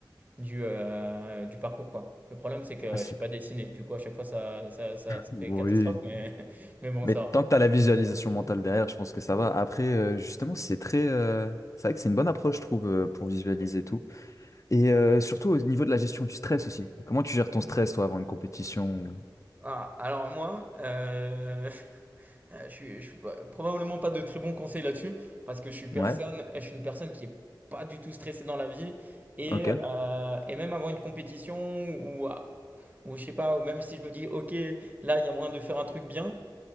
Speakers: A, on the right; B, on the left.
A: du, euh, du parcours, quoi. Le problème, c'est que je
B: Ah, c'est-
A: ne sais pas dessiner, du coup, à chaque fois, ça, ça, ça, ça
B: Oui.
A: fait catastrophe, mais, <laughs> mais bon,
B: Mais
A: ça
B: tant
A: va.
B: que tu as la visualisation mentale derrière, je pense que ça va. Après, euh, justement, c'est très. euh, C'est vrai que c'est une bonne approche, je trouve, euh, pour visualiser tout. Et euh, surtout au niveau de la gestion du stress aussi. Comment tu gères ton stress, toi, avant une compétition?
A: Ah, alors moi, euh, <laughs> Heu, je suis je suis pas probablement pas de très bons conseils là-dessus, parce que je suis personne
B: ou- Ouais,
A: je suis une personne qui est pas du tout stressée dans la vie et
B: ok.
A: heu et même avant une compétition ou à ou je sais pas, ou même si je me dis: «OK, là, il y a moyen de faire un truc bien»,